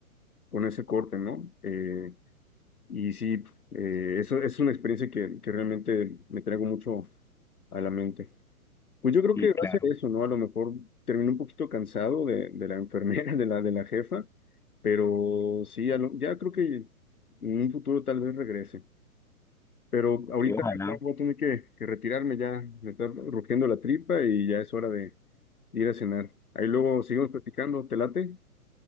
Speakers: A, on the left; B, in the centre.
A: con ese corte, ¿no? Eh, y sí, eh, eso es una experiencia que, que realmente me traigo mucho a la mente. Pues yo creo
B: Sí,
A: que gracias
B: claro.
A: a eso, ¿no? A lo mejor terminé un poquito cansado de, de la enfermera, <laughs> de la, de la jefa, pero sí, a lo- ya creo que en un futuro tal vez regrese. Pero ahorita
B: Y ojalá.
A: Juan, voy a tener que, que retirarme ya. Me está rugiendo la tripa y ya es hora de ir a cenar. Ahí luego seguimos platicando. ¿Te late?